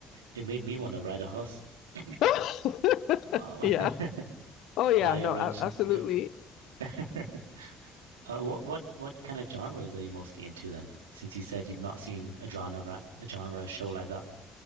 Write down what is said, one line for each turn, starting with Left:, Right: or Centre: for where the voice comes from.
Right: It made me want to ride a horse. <clears throat>
Left: <laughs>
Right: Uh,
Left: Yeah.
Right: <laughs>
Left: Oh yeah,
Right: buy a
Left: no,
Right: ranch
Left: a- absolutely.
Right: and yep. <laughs> Uh, what what what kind of genres are you mostly into then? Since you said you've not seen a genre a genre show like that.